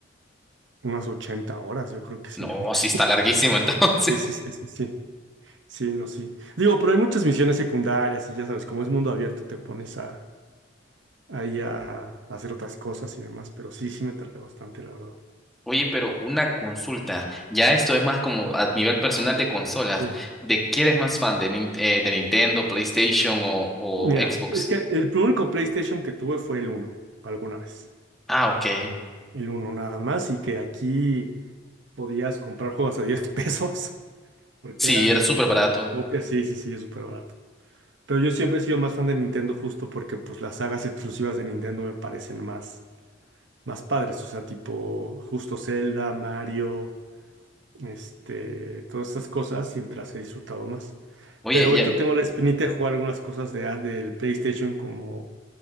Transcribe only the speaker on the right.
unas 80 horas, yo creo que sí
le metí.
<laughs>
Sí, sí, sí, sí, sí, sí, no, sí. Digo, pero hay muchas misiones secundarias y ya sabes, como es mundo abierto, te pones a, ahí a, hacer otras cosas y demás, pero sí, sí me tardé bastante, la verdad.
Sí.
Mira,
es que el único PlayStation que tuve fue el uno, alguna vez.
El uno nada más, y que aquí podías comprar juegos a 10 <laughs> pesos, porque
eran
copias, sí, sí, sí, es súper barato. Pero yo siempre he sido más fan de Nintendo justo porque pues las sagas exclusivas de Nintendo me parecen más, más padres, o sea, tipo justo Zelda, Mario, este, todas estas cosas siempre las he disfrutado más.
Pero
ahorita tengo la espinita de jugar algunas cosas de, del PlayStation como...